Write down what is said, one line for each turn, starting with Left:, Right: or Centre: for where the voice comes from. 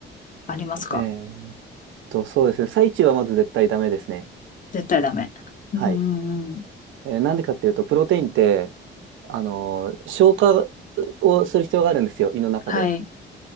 Left: ありますか
Right: ー、えーと、そうですね。最中はまず絶対ダメですね。
Left: 絶対ダメ。うんうんうん。
Right: はい。えーなんでかっていうと、プロテインって、あのー消化をする必要があるんですよ、胃の中で。
Left: はい。